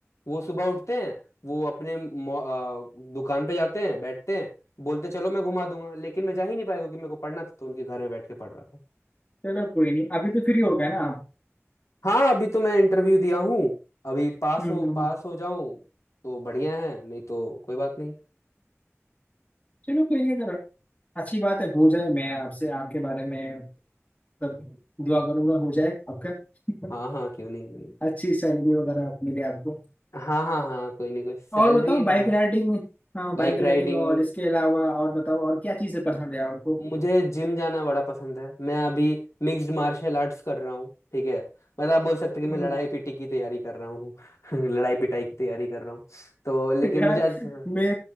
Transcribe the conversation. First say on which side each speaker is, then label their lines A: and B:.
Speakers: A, on the left; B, on the left.
A: वो सुबह उठते हैं वो अपने मॉ- अ, दुकान पे जाते हैं बैठते हैं बोलते चलो मैं घुमा दूंगा लेकिन मैं जा ही नहीं पाया क्योंकि मेरे को पढ़ना था तो उनके घर में बैठ के पढ़ रहा था
B: चलो कोई नहीं अभी तो फ्री हो गए ना आप
A: हाँ अभी तो मैं इंटरव्यू दिया हूँ अभी पास
B: हम्म
A: हो
B: हम्म हम्म।
A: पास हो जाऊं तो बढ़िया है नहीं तो कोई बात नहीं
B: चलो कोई नहीं अगर अच्छी बात है हो जाए मैं आपसे आपके बारे में सब दुआ करूंगा हो जाए आपका <laughs>
A: हाँ हाँ क्यों नहीं क्यों नहीं
B: अच्छी सैलरी वगैरह आप मिले आपको
A: हाँ हाँ हाँ कोई नहीं कोई सैलरी
B: और बताओ
A: हाँ
B: बाइक राइडिंग हाँ
A: Bike
B: बाइक
A: riding
B: राइडिंग और इसके अलावा और बताओ और क्या चीजें पसंद है आपको
A: मुझे जिम जाना बड़ा पसंद है मैं अभी मिक्स्ड मार्शल आर्ट्स कर रहा हूँ ठीक है मतलब आप बोल सकते हैं कि
B: हम्म,
A: मैं लड़ाई पिटी की तैयारी कर रहा हूँ <laughs> लड़ाई पिटाई की तैयारी कर रहा हूँ तो लेकिन
B: <laughs> यार
A: मुझे अच्छा-
B: मैं